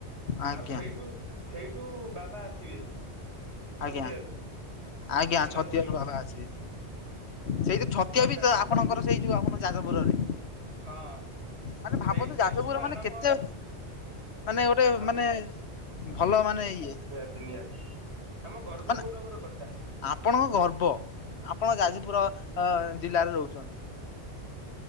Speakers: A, on the left; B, on the right.
A: ଆଜ୍ଞା
B: ଆଉ ସେଇଠୁ ସେଇଠୁ ବାବା ଆସିବେ
A: ଆଜ୍ଞା
B: ଛତିଆରୁ।
A: ଆଜ୍ଞା
B: ଖଣ୍ଡା
A: ଛତିଆରୁ
B: ଧରିକି
A: ବାବା ଆସିବେ। ସେଇଯେ ଛତିଆ
B: ଖଣ୍ଡା
A: ବି ତ
B: ଧରିକି
A: ଆପଣଙ୍କର ସେଇ ଯୋଉ ଆପଣ ଯାଜପୁରରେ।
B: ହଁ
A: ମାନେ ଭାବନ୍ତୁ
B: ସେଇ
A: ଯାଜପୁର
B: ଏଠୁ ତ ଆରମ୍ଭ
A: ମାନେ କେତେ
B: ହେଲେ
A: ମାନେ ଗୋଟେ
B: ଆମ
A: ମାନେ ଭଲ ମାନେ ଇଏ
B: ତି ନିହାତି ଆମ ଗର୍ବ
A: ମାନେ
B: ଗୌରବର କଥା।
A: ଆପଣଙ୍କ ଗର୍ବ। ଆପଣ ଯାଜପୁର ଜିଲ୍ଲାରେ ରହୁଚନ୍ତି।